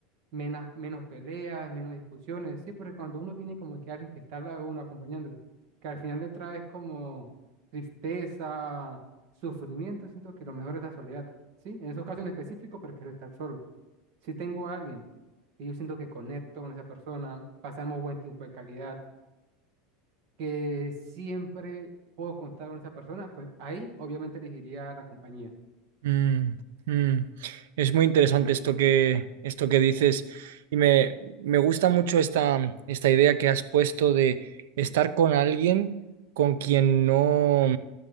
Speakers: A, on the right; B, on the right.
A: menos, menos peleas, menos discusiones. Sí, porque cuando uno tiene como que alguien que está al lado de uno acompañándolo, que al final le trae como tristeza, sufrimiento, siento que lo mejor es la soledad. Sí, en esos casos en específico prefiero estar solo. Si tengo a alguien y yo siento que conecto con esa persona, pasamos buen tiempo de calidad, que siempre puedo contar con esa persona, pues ahí obviamente elegiría la compañía.
B: Mm, mm. Es muy interesante esto que, esto que dices y me, me gusta mucho esta, esta idea que has puesto de estar con alguien con quien no.